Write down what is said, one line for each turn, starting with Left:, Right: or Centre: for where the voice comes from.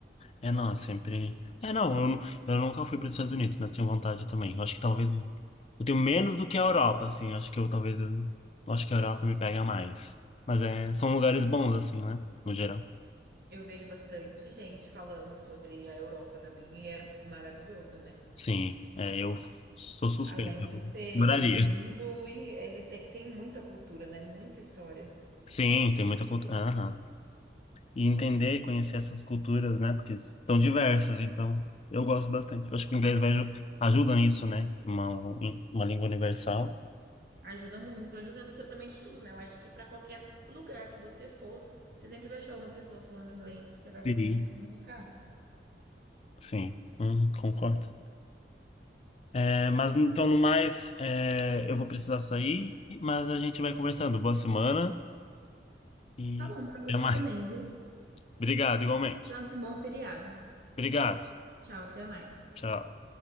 Left: É, não, é sempre. É, não, eu, eu nunca fui para os Estados Unidos, mas tenho vontade também. Eu acho que talvez. Eu tenho menos do que a Europa, assim. Acho que eu talvez. Eu, acho que a Europa me pega mais. Mas é, são lugares bons, assim, né? No geral.
Right: Eu vejo bastante gente falando sobre a Europa também e é maravilhoso, né?
Left: Sim, é, eu sou suspeito.
Right: Além de
Left: Eu
Right: ser
Left: moraria.
Right: lindo e ele tem, tem muita cultura, né? Muita história.
Left: Sim, tem muita cultura. Aham. E entender e conhecer essas culturas, né? Porque são diversas, então eu gosto bastante. Eu acho que o inglês vai aju- ajuda nisso, né? Uma, uma língua universal.
Right: Ajuda muito, ajuda em absolutamente tudo, né? Eu acho que pra qualquer lugar que você for, você sempre vai achar uma pessoa falando inglês que você vai
Left: Sim.
Right: conseguir se comunicar.
Left: Sim, Uhum, concordo. É, mas então, no mais, é, eu vou precisar sair, mas a gente vai conversando. Boa semana e
Right: Tá bom pra você
Left: até mais.
Right: também, viu?
Left: Obrigado, igualmente.
Right: Então, um bom feriado.
Left: Obrigado.
Right: Tchau, até mais.
Left: Tchau.